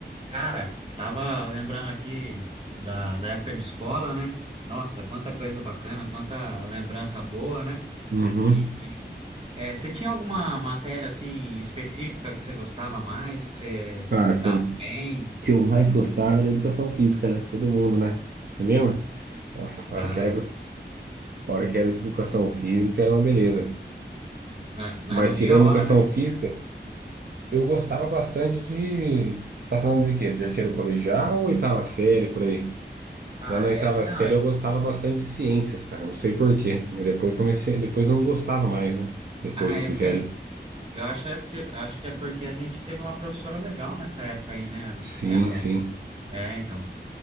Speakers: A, on the right; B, on the right.
A: Cara, tava lembrando aqui da, da época de escola, né? Nossa, quanta coisa bacana, quanta lembrança boa, né?
B: Uhum.
A: E e, é, você tinha alguma matéria assim específica que você gostava mais, que você
B: Cara,
A: se
B: que
A: dava
B: eu,
A: bem?
B: que eu mais gostava era educação física, né? Todo mundo, né? Você lembra? Nossa,
A: Ah,
B: a hora que era, gos- a hora que era essa educação física era uma beleza. né?
A: nós nós
B: Mas
A: não via
B: tirando
A: a hora,
B: educação
A: né?
B: física, eu gostava bastante de. Você tá falando de quê? Terceiro colegial ou oitava série, por aí?
A: Ah,
B: Que lá na
A: é.
B: oitava série
A: Ah, e-
B: eu gostava bastante de ciências, cara. Não sei por quê. Mas depois comecei. Depois eu não gostava mais, né? Depois
A: ah, é
B: de
A: porque
B: velho.
A: eu acho é porque acho que é porque a gente teve uma professora legal nessa época aí, né?
B: Sim,
A: Lembra?
B: sim.
A: É, então.